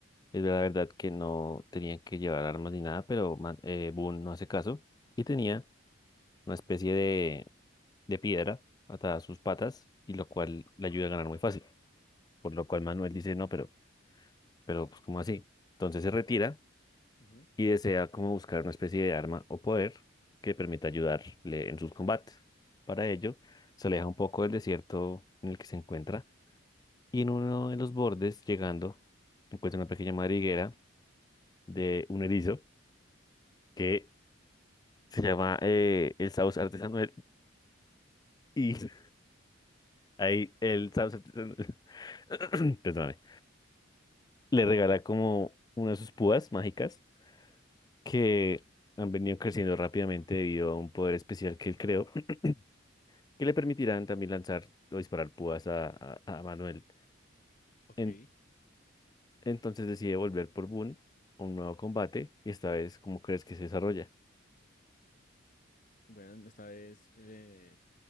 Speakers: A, on the left (about 20°); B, on the left (about 40°).
A: Es la verdad que no tenían que llevar armas ni nada, pero man- eh, Boone no hace caso y tenía una especie de, de piedra atada a sus patas y lo cual le ayuda a ganar muy fácil. Por lo cual Manuel dice, no, pero, pero pues ¿cómo así? Entonces se retira
B: Ujú.
A: y desea como buscar una especie de arma o poder que permita ayudarle en sus combates. Para ello, se aleja un poco del desierto en el que se encuentra y en uno de los bordes, llegando, encuentra una pequeña madriguera de un erizo que Se llama eh, el Saus Artesanal y <laughs> ahí el Saus Artesanal, <coughs> <clears throat> perdóname, le regala como una de sus púas mágicas que han venido creciendo rápidamente debido a un poder especial que él creó, <clears throat> que le permitirán también lanzar o disparar púas a, a- a Manuel.
B: Ok,
A: En- entonces decide volver por Boon a un nuevo combate y esta vez, ¿cómo crees que se desarrolla?
B: bueno, esta vez eh,